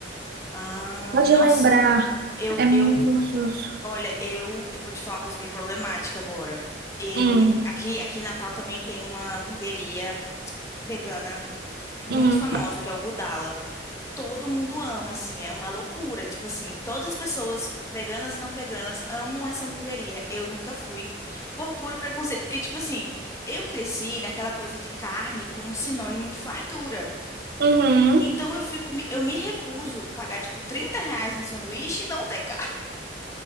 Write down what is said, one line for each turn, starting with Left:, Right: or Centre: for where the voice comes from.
Left: Ai,
Right: pode
Left: nossa,
Right: lembrar,
Left: eu,
Right: é muito
Left: eu,
Right: gostoso.
Left: olha, eu, eu vou te falar uma coisa bem problemática agora. Eu,
Right: Hum,
Left: aqui, aqui em Natal também tem uma hamburgueria vegana muito
Right: uhum,
Left: famosa, que é o Gudala. todo mundo ama, assim, é uma loucura. Tipo assim, todas as pessoas, veganas e não veganas, amam essa hamburgueria. Eu nunca fui, por puro preconceito. Porque, tipo assim, eu cresci naquela coisa de carne como sinônimo de fartura.
Right: uhum.
Left: Então eu fico, me- eu me recuso pagar, tipo, 30 reais num sanduíche e não ter carne.